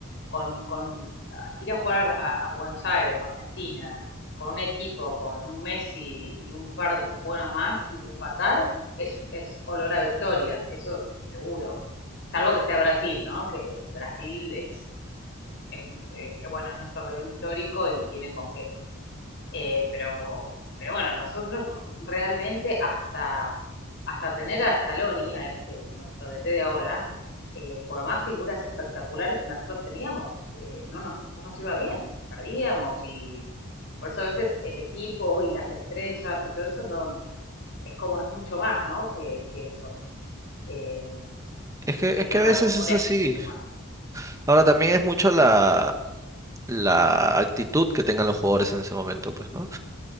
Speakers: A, on the left; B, on the right.
A: con, con ah, ir a jugar a, a Buenos Aires o Argentina, con un equipo, con un Messi y un par de buenos más y empatar, es, es olor a victoria, eso seguro. Salvo que sea Brasil, ¿no? Que Brasil es, es- es- bueno, es nuestro rival histórico y tiene con qué. Eh, pero, pero bueno, nosotros realmente hasta, hasta tener a Scaloni, a este, nuestro DT de ahora, eh, por más figuras espectaculares que nosotros teníamos, eh, no, nos, no nos iba bien, perdíamos y por eso a veces el equipo y las estrellas y todo eso no, es como es mucho más, ¿no? Que, que eso. Eh,
B: Es que,
A: tiene
B: es
A: que
B: que
A: haber
B: a veces
A: como
B: es
A: un espíritu
B: así.
A: más.
B: Ahora también es mucho la, la actitud que tengan los jugadores en ese momento, pues, ¿no?